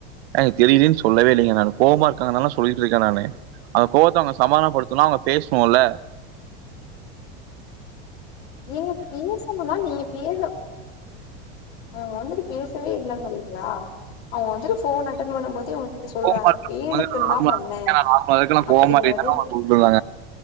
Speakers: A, on the right (about 75°); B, on the left (about 65°).
A: எனக்கு தெரியிலீன்னு சொல்லவே இல்லைங்க நானு கோவமா இருக்காங்கன்னுதான சொல்லிட்ருக்கே நானு அந்த கோவத்த அவங்க சமானப்படுத்தனுனா அவங்க பேசணு இல்ல
B: ஏங்க பேசணுனா நீங்க பேர அவுங்க வந்துட்டு பேசவே இல்லங்கிறீங்களா அவங்க வந்துட்டு ஃபோன் அட்டன் பண்ணும்போதே உங்ககிட்ட சொல்றாங்க
A: கோவமா இருக்காங்க
B: வேணுக்குன்தா
A: நார்மலா
B: பண்ணே
A: இருக்கலாம் கோவமா
B: அப்படிங்கிறது
A: இருந்தாங்க அவங்க சொல்றாங்க